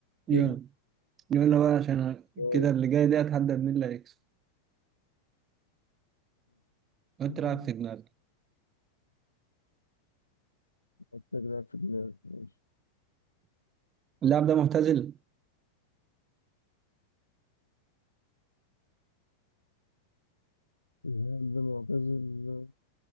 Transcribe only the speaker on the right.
يلا
يلا بقى عشان
كده اللي جاي ده هتحدد مين اللي هيكسب وأنت
لاعب في دماغك
اللاعب ده معتزل